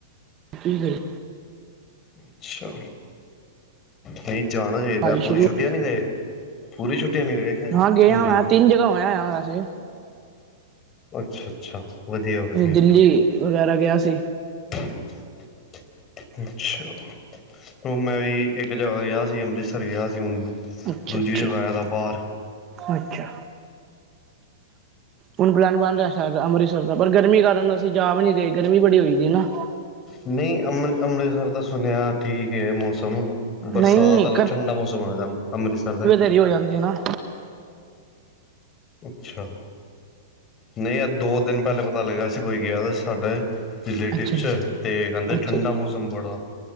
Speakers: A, on the right; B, on the left.
A: ਠੀਕ ਹੈ ਜੀ।
B: ਅੱਛਾ ਬਈ। ਜਾਣਾ ਚਾਹੀਦਾ।
A: ਪੜ੍ਹਾਈ
B: ਪੂਰੀ
A: ਸ਼ੁਰੂ
B: ਛੁੱਟੀਆ ਨਹੀਂ ਗਏ ਪੂਰੀ ਛੁਟੀਆਂ ਨਹੀਂ ਗਏ ਕੀ ਘੁੰਮਣ?
A: ਹਾਂ ਗਿਆ ਮੈਂ ਤਿੰਨ ਜਗ੍ਹਾ ਹੋ ਆਆਂ ਵੇਸੇ।
B: ਅੱਛਾ -ਅੱਛਾ। ਵਧੀਆ ਵਧੀਆ
A: ਦਿੱਲੀ, ਵਗੈਰਾ ਗਿਆ ਸੀ।
B: <unintelligible> ਅੱਛਾ। ਓ ਮੈਂ ਵੀ ਇੱਕ ਜਗ੍ਹਾ ਗਿਆ ਸੀ ਅੰਮ੍ਰਿਤਸਰ ਗਿਆ ਸੀ ਹੁਣ
A: ਅੱਛਾ
B: ਦੂਜੀ
A: ਅੱਛਾ
B: ਜਗ੍ਹਾ ਹੇਦਾ ਬਾਹਰ।
A: ਅੱਛਾ ਹੁਣ ਪ੍ਰੋਗਰਾਮ ਬਣ ਰਿਹਾ ਅੰਮ੍ਰਿਤਸਰ ਦਾ। ਪਰ ਗਰਮੀ ਕਾਰਨ ਅਸੀਂ ਜਾ ਵੀ ਨਹੀਂ ਰਹੇ। ਗਰਮੀ ਬੜੀ ਹੋਈ ਦੀ ਹੈ ਨਾ।
B: ਨਹੀਂ ਅੰਮ੍ਰਿ- ਅੰਮ੍ਰਿਤਸਰ ਤਾਂ ਸੁਣਿਆਂ ਠੀਕ ਮੌਸਮ। ਬਰਸਾਤ
A: ਨਹੀਂ
B: ਆਲਾ ਠੰਡਾ ਮੌਸਮ ਹੋਇਆ ਦਾ ਏ ਅੰਮ੍ਰਿਤਸਰ ਤੇ।
A: ਫਿਰ ਹੋ ਜਾਂਦੀ ਹੈ ਨਾ।
B: ਅੱਛਾ। ਨਹੀਂ ਅ ਦੋ ਦਿਨ ਪਹਿਲੇ ਪਤਾ ਲੱਗਾ ਸੀ। ਕੋਈ ਗਿਆ ਦਾ ਸੀ ਸਾਡੇ। ਰਿਲੇਟਿਵ
A: ਅੱਛਾ ਜੀ
B: ਚ। ਤੇ ਕਹਿੰਦੇ
A: ਅੱਛਾ
B: ਠੰਡਾ
A: ਜੀ
B: ਮੌਸਮ ਬੜਾ।